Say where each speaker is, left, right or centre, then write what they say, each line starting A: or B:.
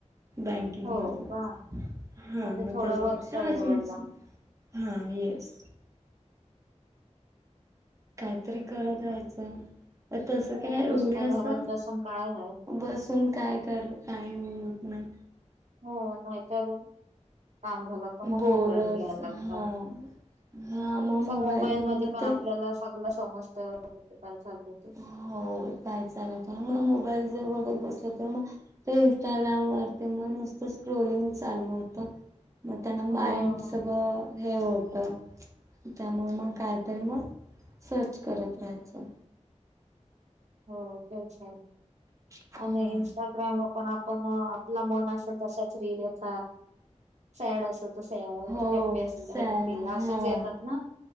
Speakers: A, on the right (about 25°); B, on the right (about 65°).
A: बँकिंग
B: हो
A: मधे
B: का
A: हां
B: म्हणजे
A: म
B: थोडं
A: त्याच्यापेक्षा
B: वरच्या लेवलला
A: अजूनच् हां येस. काईतरी करत राहायचं त तस
B: हो
A: काय एवढे
B: नुसता
A: असं
B: घरात बसून काय आहे.
A: बसून काय करु काई होत नाय.
B: हो नाहीतर काम झालं हो म
A: बोरच
B: मोबाईल घ्याय
A: हा
B: लागत
A: हा मग
B: स मोबाईल
A: घेऊन
B: मध्ये
A: मग
B: पण
A: ते
B: आपल्याला अस मला समजतं <unintelligible> काय चाललंय ते
A: हो काय चालतंय म मोबाईल ज बघत बसली त म ते इंस्टाग्राम वरती म नुसतं स्क्रोलिंग चालू होतं. म त्यानं
B: हो
A: माईंड सगळं हे होतं त्यामुळं मंग कायतर मंग सर्च करत राहायचं.
B: हो तेच तर
A: हा.
B: आणि इंस्टाग्राम व पण आप पण आपलं मन असेल तशाच रिलंच सॅड असत तसंय
A: हो
B: हॅप्पी असेल
A: सॅड
B: तर हॅप्पी
A: हा
B: असेच येतात ना.